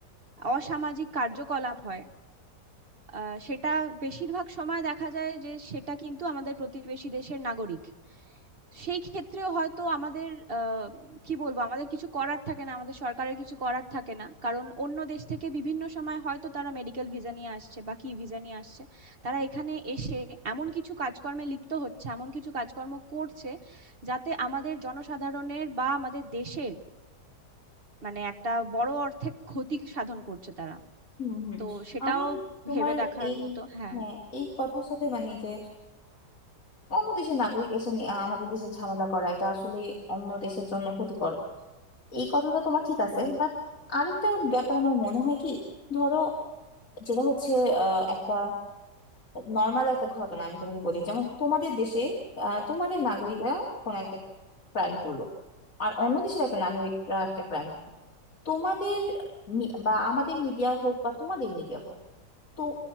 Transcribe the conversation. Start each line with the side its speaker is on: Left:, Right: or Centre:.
Right: অসামাজিক কার্যকলাপ হয় আহ, সেটা বেশিরভাগ সময় দেখা যায় যে সেটা কিন্তু আমাদের প্রতিবেশী দেশের নাগরিক সেই ক্ষেত্রেও হয়তো আমাদের আহ কি বলবো আমাদের কিছু করার থাকে না আমাদের সরকারের কিছু করার থাকে না কারণ অন্য দেশ থেকে বিভিন্ন সময় হয়তো তারা মেডিকেল ভিসা নিয়ে আসছে বা কি ভিসা নিয়ে আসছে তারা এখানে এসে এমন কিছু কাজকর্মে লিপ্ত হচ্ছে এমন কিছু কাজকর্ম করছে যাতে আমাদের জনসাধারণের বা আমাদের দেশের মানে একটা বড় অর্থে ক্ষতি সাধন করছে তারা
Left: হুম হুম
Right: তো সেটাও
Left: আমি তোমার
Right: ভেবে দেখার
Left: এই
Right: মতো হ্যাঁ
Left: হ্যাঁ এই কথার সাথে মানে যে অন্য দেশের নাগরিক এসে নি- আহ, আমাদের দেশে ঝামেলা করা এটা আসলে অন্য দেশের জন্য ক্ষতিকর এই কথাটা তোমার ঠিক আছে
Right: হ্যাঁ
Left: বাট আরেকটা ব্যাপার আমার মনে হয় কি ধরো যেটা হচ্ছে আহ, একটা নর্মাল একটা ঘটনা আমি তোমাকে বলি যেমন তোমাদের দেশে আহ, তোমাদের নাগরিকরা
Right: হুম
Left: কোনো একটা ক্রাইম করলো আর অন্য দেশের একটা
Right: হুম
Left: নাগরিকরা একটা ক্রাইম তোমাদের মি- বা আমাদের মিডিয়া হোক বা তোমাদের মিডিয়া হোক তো